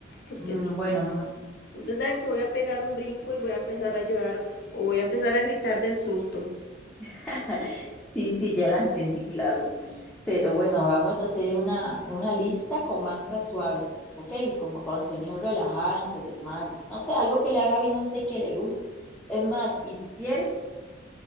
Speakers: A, on the left; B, in the centre.
A: porque
B: Mm, Bueno, mm,
A: Usted sabe que voy a pegar un brinco y voy a empezar a llorar o voy a empezar a gritar del susto.
B: <laughs> sí, sí, ya la entendí, claro. Pero bueno, vamos a hacer una, una lista con mantras suaves, ¿ok? Como con sonidos relajantes del mar. No sé, algo que le haga bien a usted y que le guste. Es más, y si quiere,